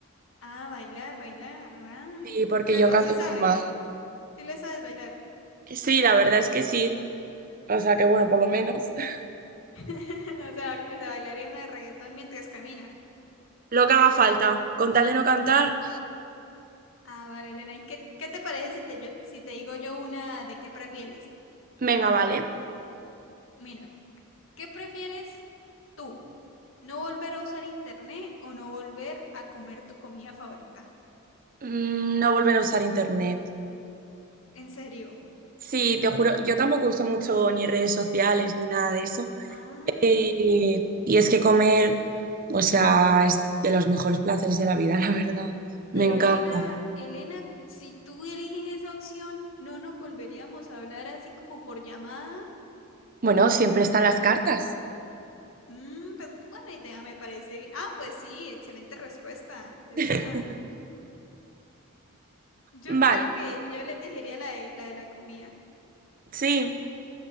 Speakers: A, on the left; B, on the right.
A: Ah, bailar, bailar. Ay.
B: Sí, porque
A: Pero
B: yo canto
A: sí sabes,
B: muy mal.
A: sí le sabes bailar.
B: Sí, la verdad es que sí, o sea que bueno,
A: Ah.
B: por lo menos. <laughs>
A: <laughs> O sea, o sea, bailaría una de reggaetón mientras camina.
B: Lo que haga falta, con tal de no cantar,
A: Ah, vale, Elena. ¿Y qué, qué te parece si te, yo, si te digo yo una de qué prefieres?
B: venga, vale.
A: Mira, ¿qué prefieres tú? ¿No volver a usar internet o no volver a comer tu comida favorita?
B: Mm, no volver a usar internet.
A: ¿En serio?
B: Sí, te juro, yo tampoco uso mucho ni redes sociales ni nada de eso.
A: Ah.
B: Eh, y es que comer, o sea, es de los mejores placeres de la vida, <laughs> la verdad.
A: Pero
B: Me encanta.
A: Elena, Elena, si tú eliges esa opción, ¿no nos volveríamos a hablar así como por llamada?
B: Bueno, siempre están las cartas.
A: Mm, pues buena idea, me parece bien. Ah, pues sí, excelente respuesta, de
B: <laughs>
A: verdad. Yo
B: Vale,
A: creo que yo le elegiría la de, la de la comida.
B: sí,